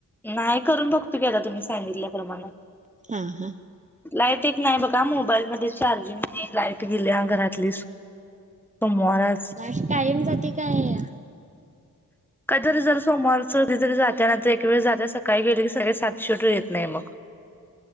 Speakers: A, in the centre; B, on the right.
A: नाय करून बघतूआता तुम्ही सांगितल्याप्रमाने.
B: आ हा.
A: लाईट एक नाय बघा मोबाईलमध्ये चार्जिंग नाय लाईट गेल्या घरात. लीस सोमवारच.
B: मग अशी कायम जाती काय.
A: काहीतरी जर सोमवारचं कधीरी जात्या नंतर एकवेेळी जात्या सकाळी गेली की सगळी सात शेवटी येत नाही मग.